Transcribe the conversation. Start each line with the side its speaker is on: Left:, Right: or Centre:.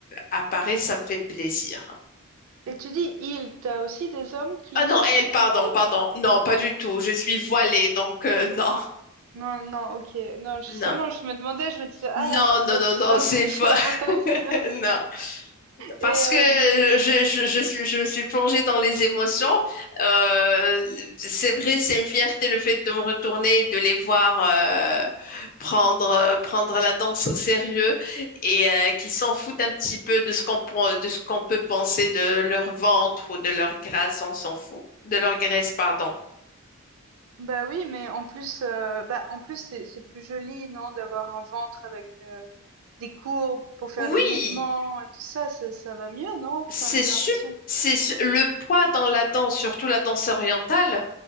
Left: apparaisse, ça me fait plaisir.
Right: Et tu dis il, t'as aussi des hommes qui
Left: Ah non,
Right: suivent
Left: elle, pardon,
Right: le cours?
Left: pardon. Non, pas du tout. Je suis voilée, donc euh, non,
Right: Non, non, ok. Non, justement,
Left: non.
Right: je me demandais, je me disais, ah,
Left: Non,
Right: est-ce qu'il
Left: non,
Right: y a
Left: non,
Right: des
Left: non,
Right: hommes
Left: c'est une
Right: <laughs> qui
Left: fois.
Right: avoueraient
Left: <laughs>
Right: ça?
Left: Non. Parce
Right: Et, euh,
Left: que je,
Right: et-
Left: je, je suis, je me suis plongée dans les émotions. Euh, c'est vrai, c'est une fierté le fait de me retourner et de les voir euh, prendre, euh, prendre la danse au sérieux et euh, qui s'en foutent un petit peu de ce qu'on, pen- de ce qu'on peut penser de leur ventre ou de leur grâce, on s'en fout. De leur graisse, pardon.
Right: bah oui, mais en plus, euh, bah, en plus, c'est, c'est plus joli, non, d'avoir un ventre avec euh, des courbes pour faire
Left: Oui!
Right: les mouvements et tout ça, ça, ça va mieux, non? Enfin,
Left: C'est
Right: j'ai
Left: su-
Right: l'impression.
Left: c'est su- le poids dans la danse, surtout la danse orientale,